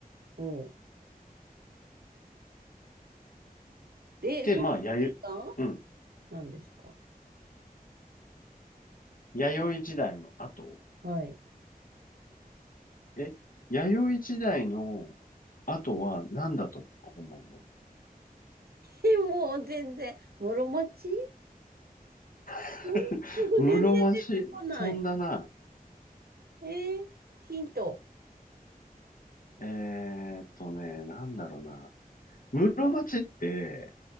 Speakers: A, on the right; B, on the left.
A: おう。で、
B: で、
A: その次が
B: まあ、弥生、うん。
A: 何ですか
B: 弥生時代の後。
A: はい。
B: え、弥生時代の後は何だと思うの
A: え、もう全然、室町え
B: <laughs>
A: もう全然出てこない。
B: 室町飛んだな。
A: えーヒント。
B: えーっとね、なんだろうな。室町って、